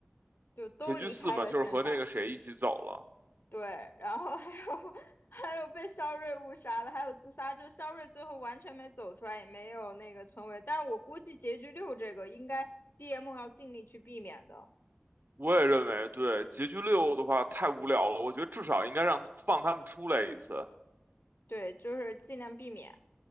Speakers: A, on the left (about 60°); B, on the right (about 55°).
A: 就都离开了现场。
B: 结局四嘛，就是和那个谁一起走了。
A: 对，然后还有 <laughs> 还有被肖瑞误杀的，还有自杀，就肖瑞最后完全没走出来，也没有那个成为。但是我估计结局六这个应该 DM 要尽力去避免的，
B: 我也认为，对，结局六的话太无聊了，我觉得至少应该让放他们出来一次，
A: 对，就是尽量避免。